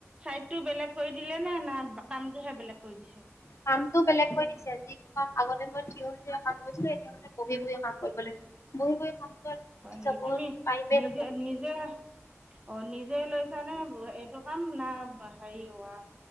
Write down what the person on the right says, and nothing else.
চাইডতটো বেলেগ কৰি দিলে নে না কামটোহে বেলেগ কৰি দিছে।
হয়
নি,
তুমি
নিজে
নিজে অ নিজে লৈছানে এইটো কাম না হেৰি হোৱা?